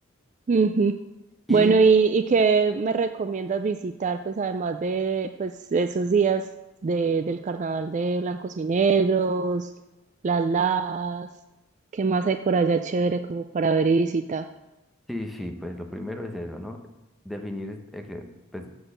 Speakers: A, on the right; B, in the centre.
A: Ujú.
B: Y
A: Bueno, ¿y, y qué me recomiendas visitar, pues además de pues, esos días de, del carnaval de blancos y negros, las las, qué más hay por allá chévere como para ver y visitar?
B: sí, sí, pues lo primero es eso, ¿no? Definir eh, que, pues,